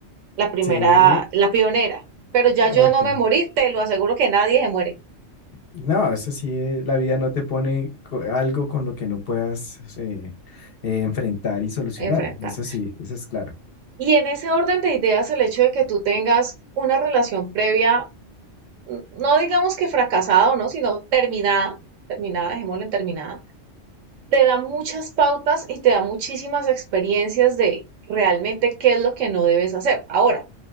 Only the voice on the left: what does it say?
sí,
Ok.
No, eso sí, eh, la vida no te pone co- algo con lo que no puedas eh, eh, enfrentar y solucionar.
Eso sí, eso es claro.